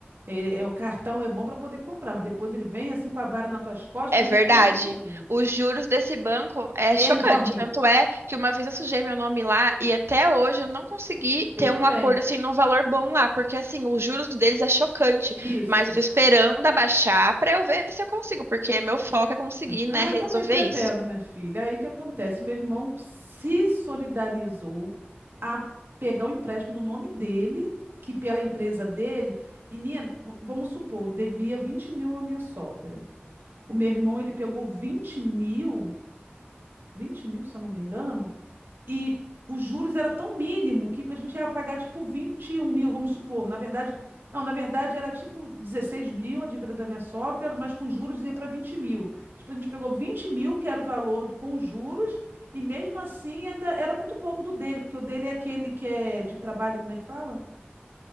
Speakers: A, on the right (about 60°); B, on the right (about 85°).
A: É, é, o cartão é bom para poder comprar, mas depois ele vem assim com a vara nas tuas costas,
B: É
A: minha
B: verdade.
A: filha, e
B: Os
A: te
B: juros desse banco é
A: É
B: chocante.
A: enorme.
B: Tanto é que uma vez eu sujei meu nome lá e até hoje eu não consegui
A: Eu
B: ter
A: também.
B: um acordo assim num valor bom lá, porque assim, os juros deles é chocante,
A: Isso.
B: mas eu tô esperando abaixar pra eu ver se eu consigo, porque meu foco é conseguir, né,
A: Ah,
B: resolver
A: eu também pretendo,
B: isso.
A: minha filha. Aí o que acontece? Meu irmão se solidarizou a pegar o empréstimo no nome dele, que pela empresa dele, menina, v- vamos supor, devia vinte mil à minha sogra. O meu irmão, ele pegou vinte mil, vinte mil, se eu não me engano, e os juros era tão mínimo que a gente ia pagar tipo vinte e um mil, vamos supor. Na verdade, não, na verdade era tipo dezesseis mil a dívida da minha sogra, mas com juros ia para vinte mil. Tipo, a gente pegou vinte mil, que era o valor do- com juros, e mesmo assim ainda era muito pouco do dele, porque o dele é aquele que é de trabalho, como é que fala?